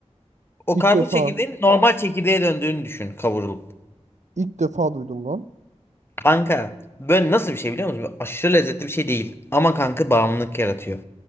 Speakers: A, on the left; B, on the right.
A: O
B: İlk
A: karpuz
B: defa
A: çekirdeğinin normal çekirdeğe döndüğünü düşün kavurulup.
B: ilk defa duydum lan.
A: Kanka böyle nasıl bir şey biliyor musun? Böyle aşırı lezzetli bir şey değil. Ama kanka bağımlılık yaratıyor.